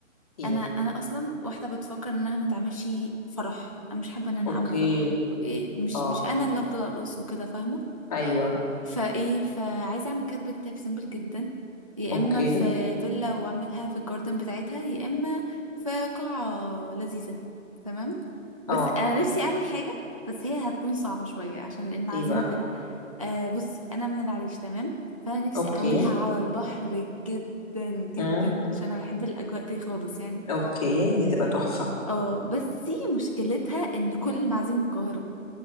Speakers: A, on the left; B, on the right.
A: ايه
B: انا انا اصلا واحده بتفكر انها ما تعملش فرح انا مش حابه ان انا
A: اوكي
B: اعمل فرح ايه مش
A: اه
B: مش انا اللي افضل ارقص وكده فاهمه
A: ايوه
B: فايه فعايزه اعمل كاتبه كتاب سيمبل جدا يا
A: اوكي
B: اما في فيلا واعملها في الجاردن بتاعتها يا اما في قاعه لذيذه تمام بس
A: اه
B: انا نفسي اعمل حاجه بس هي هتكون صعبه شويه عشان المعازيم
A: ايه بقى
B: وكده آه بص انا من العريش تمام فانا نفسي
A: اوكي
B: اعملها على البحر جدا جدا
A: امم
B: عشان انا بحب الاجواء دي خالص يعني
A: اوكي دي تبقى تحفة
B: اه بس مشكلتها ان كل المعازيم من القاهره